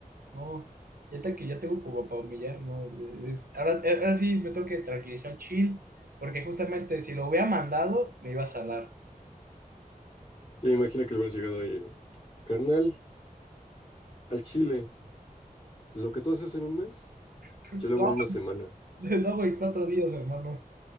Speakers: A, on the right; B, on the left.
A: No, ya te- que ya tengo como para humillar, ¿no? Es- ahora, eh, ahora sí me tengo que tranquilizar, chill, porque justamente si lo hubiera mandado, me iba a salar.
B: Ya imagina que le hubieras llegado ahí, carnal, al Chile, lo que tú haces en un mes,
A: <laughs>
B: yo lo hago
A: Lo hago,
B: en una semana.
A: lo hago en cuatro días, hermano.